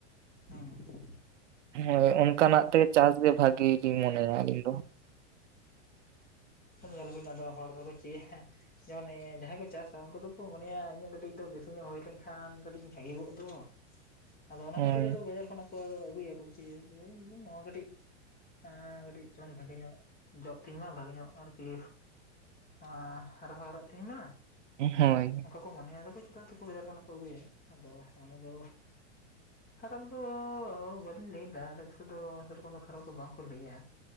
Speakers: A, on the left; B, on the right.
A: ᱦᱮᱸ
B: ᱦᱳᱭ ᱚᱱᱠᱟᱱᱟᱜ ᱛᱮ ᱪᱟᱥ ᱜᱮ ᱵᱷᱟᱹᱜᱤ ᱜᱤᱧ ᱢᱚᱱᱮᱭᱟ ᱤᱧ ᱫᱚ᱾
A: ᱧᱮᱞ ᱵᱤᱱ ᱟᱫᱚ ᱦᱚᱲ ᱫᱚᱠᱚ ᱪᱮ ᱦᱟᱸ ᱡᱮ ᱚᱱᱮ ᱡᱟᱸᱦᱟᱸᱭ ᱠᱚ ᱪᱟᱥᱟ ᱩᱱᱠᱩ ᱫᱚᱠᱚ ᱢᱚᱱᱮᱭᱟ ᱤᱧᱟᱹᱜ ᱠᱟᱹᱴᱤᱡ ᱫᱚ ᱵᱮᱥᱤ ᱧᱚᱜ ᱦᱩᱭ ᱞᱮᱱᱠᱷᱟᱱ ᱠᱟᱹᱴᱤᱡ ᱵᱷᱟᱹᱜᱤ ᱠᱚᱜ ᱫᱚ᱾ ᱟᱫᱚ ᱚᱱᱟ
B: ᱦᱳᱭ
A: ᱠᱷᱟᱹᱛᱤᱨ ᱟᱫᱚ ᱵᱟᱡᱟᱨ ᱠᱷᱚᱱᱟᱜ ᱠᱚ ᱟᱹᱜᱩᱭᱟᱠᱚ ᱡᱮ <inaudible> ᱱᱚᱣᱟ ᱠᱟᱴᱤᱡ᱾ ᱚᱸ ᱠᱟᱹᱴᱤᱡ ᱪᱚᱱ ᱵᱷᱟᱜᱮ ᱧᱚᱜ ᱡᱚᱜ ᱛᱤᱧ ᱢᱟ ᱵᱷᱟᱜᱮ ᱧᱚᱜ ᱟᱨᱠᱤ᱾ ᱟ ᱨᱚᱦᱚᱲᱚᱜ ᱛᱤᱧ ᱢᱟ᱾
B: ᱦᱳᱭ
A: ᱠᱚ ᱢᱚᱱᱮᱭᱟ ᱟᱫᱚ ᱪᱮᱛᱟᱜ ᱛᱚᱠᱚ ᱵᱟᱡᱟᱨ ᱠᱷᱚᱱᱟᱜ ᱠᱚ ᱟᱹᱜᱩᱭᱟ ᱟᱫᱚ ᱚᱱᱟ ᱫᱚ᱾ ᱠᱷᱟᱨᱟᱯ ᱫᱚ ᱵᱟᱹᱞᱤᱧ ᱞᱟᱹᱭ ᱮᱫᱟ, ᱟᱞᱮ ᱥᱮᱫ ᱫᱚ ᱥᱮ ᱨᱚᱠᱚᱢ ᱫᱚ ᱠᱷᱟᱨᱟᱯ ᱫᱚ ᱵᱟᱝ ᱠᱚ ᱞᱟᱹᱭᱟ᱾